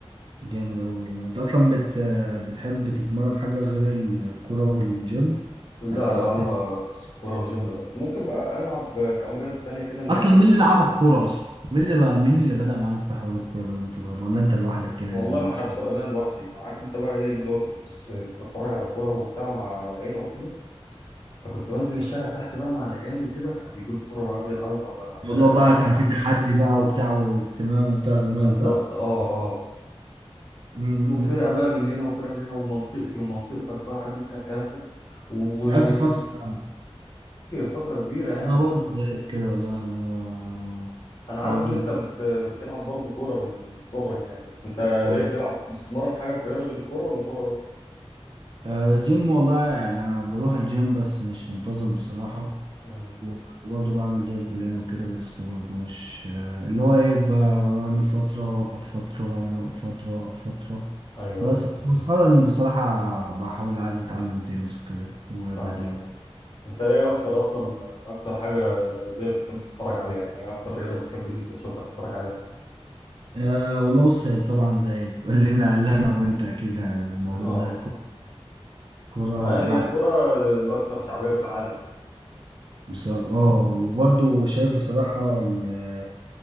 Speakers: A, on the right; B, on the left.
A: جامد اوي والله انت اصلا بت... بتحب تتمرن حاجة غير الكورة والجيم
B: لا
A: يعني بتلعب
B: لا هو
A: تاني
B: كورة وجيم بس ممكن بقى العب كام رياضة تانية كده انما
A: اصلا
B: ايه
A: مين اللي لعبك كورة اصلا مين اللي بقى مين اللي بدأ معاك في حوار الكورة ده وانت صغير ولا انت لوحدك كده
B: والله
A: ال-
B: ما حد ولا انا لوحدي ما عارف انت بقى ايه اللي هو كنت بت- بتتفرج على كورة وبتاع مع العيلة وكده فكنت بنزل الشارع تحت بقى مع العيال وكده كانوا بيجيبوا كورة ويقعدوا يلعبوا
A: الموضوع
B: فبدأت
A: بقى
B: ألعب معاهم
A: كان فيه تحدي بقى وبتاع واهتمام وبتاع زمان
B: بالظبط
A: صح؟
B: اه اه
A: امم
B: وفرقه بقى من هنا وفرقه من هنا ومنطقتي ومنطقتك بقى عارف انت الكلام ده وكتير
A: بس لعبت فترة يعني
B: فتره كبيره يعني
A: انا برضو زيك كده والله يعني انا و-
B: انا عارف
A: برضو
B: ان انت بت... بتلعب برضه كوره من صغرك يعني بس انت ايه
A: ايوه
B: بتلعب بتتمرن حاجه في الرياضه غير الكوره ولا كوره بس
A: آه، جيم والله يعني انا بروح الجيم بس مش منتظم بصراحة
B: امم
A: وبرضو بعمل دايت بلان وكده بس برضو مش آه، اللي هو ايه ب- بعمل فترة واوقف فترة واعمل اوقف فترة واوقف فترة
B: ايوه
A: بس
B: ايوه
A: بس مؤخرا بصراحة بحاول عايز اتعلم تنس وكده وبدل
B: فاهمك ايوه انت ايه اكتر اصلا اكتر حاجه رياضيه بتحب تتفرج عليها يعني ايه اكتر رياضه بتحب ان انت تشوفها تتفرج عليها
A: أه والله بص طبعا زي كلنا <laughs> قال انا وانت اكيد يعني الموضوع
B: <laughs> اه
A: ده كورة
B: ما هي الكوره الاكثر شعبيه في العالم
A: بس اه وبرضه شايف بصراحة ال-